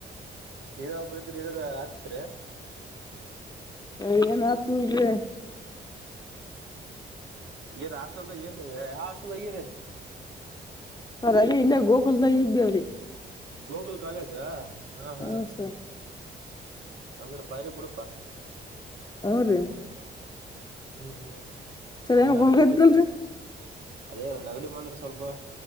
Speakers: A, on the right; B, on the left.
A: ನೀರ ಒಬ್ಬರ ಇದ್ರ ಏನರ್ ಆಗತಿತ್ರಿ
B: ಎ ಏನ್ ಆತು ಈಗೆ
A: ಏನ್ ಹಾಸ್ಟೆಲ್ ದ ಏನ ಯಾ ಹಾಸ್ಟೆಲ್ ಆಗಿರ
B: ಅದ ಆಯಿ ಇಲ್ಲೇ ಗೋಕುಲ್ದಾಗ ಇದ್ದೇವ್ರೀ.
A: ಗೋಕುಲ್ ಕಾಲೇಜಾ ಹಾ ಹಾ
B: ಹ್ಞೂ ಸರ್
A: ಅಂದ್ರೆ ಪೈರಿ ಬುಡಕ.
B: ಹು ರಿ
A: ಹ್ಮ್ ಹ್ಮ್
B: ಸರ್ ಏನೋ
A: ಏನ್ ಹತ್ತಿ
B: ಹುಡುಗ ಇದ್ದಲ್ರಿ
A: ಪತ್ತಿ ಅದೇ ನಗಡಿ ಬಂದ್ರೆ ಸ್ವಲ್ಪ.